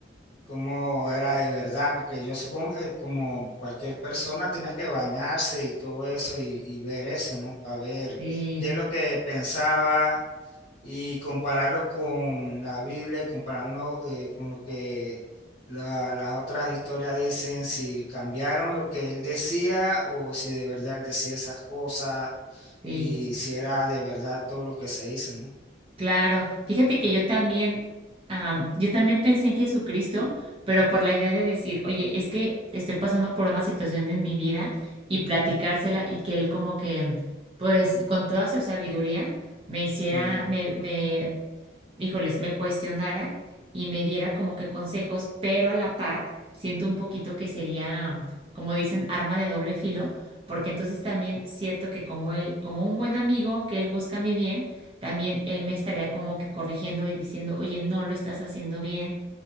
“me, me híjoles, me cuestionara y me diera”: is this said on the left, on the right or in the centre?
Right